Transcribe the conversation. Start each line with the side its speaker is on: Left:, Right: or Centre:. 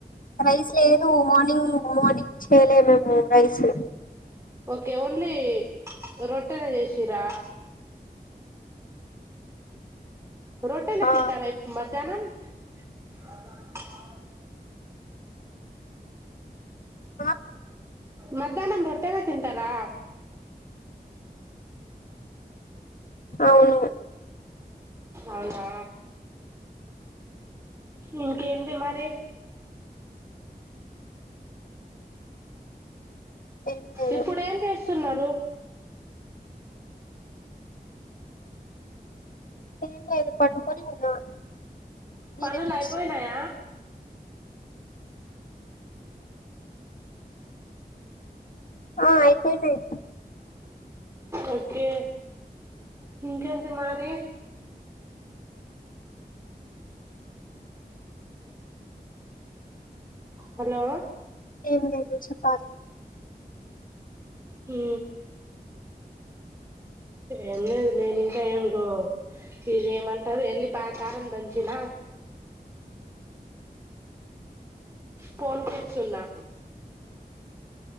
Left: రైస్ లేదు మార్నింగ్ మార్నింగ్ చేయలే మేము రైస్
Right: ఓకే ఓన్లీ రోటి పట్టనే <unintelligible> చేసీరా రోటీనే
Left: ఆ
Right: తింటారా మధ్యాహ్నం <unintelligible>
Left: హ
Right: మధ్యాహ్నం రొట్టెలే తింటారా
Left: అవును
Right: అవునా ఇంకేంది మరి
Left: ఏం లేదు
Right: ఇప్పుడు ఎం చేస్తున్నారు
Left: ఏంలేదు పడుకొని ఉన్నా మీరేం
Right: పనులు
Left: చేస్తున్నారు
Right: అయిపోనాయ
Left: ఆ అయిపోయినాయి
Right: ఒకే ఇంకెంది మారి హలో
Left: ఏం లేదు చెప్పాలి
Right: హు ఏం లేదు నేను ఇంక ఏంగో ఇదేమంటారు ఎల్లిపాయ కారం దంచిన ఫోన్ కే సున్నా